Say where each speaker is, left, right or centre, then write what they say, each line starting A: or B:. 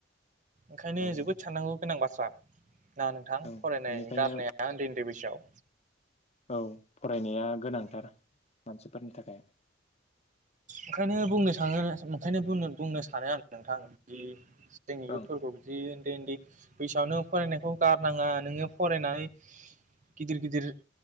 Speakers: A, on the right; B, on the left.
A: ओंखायनो
B: औ
A: जोबोद साननांगौ गोनां बाथ्रा । ना नोंथां
B: ओं
A: फरायनाय
B: बेनिखायनो
A: गारनाया उन्दै दै बैसोआव।
B: औ फरायनाया गोनांथार मानसिफोरनि थाखाय।
A: ओंखायनो बुंनो सानो ओंखायनो बुंनो सानो आं नोंथां बिदि जोंनि इयुतफोरखौ
B: ओं
A: बिदि बे उन्दै बैसोआवनो फरायनायखौ गारनाङा नोङो फरायनानै गिदिर गिदिर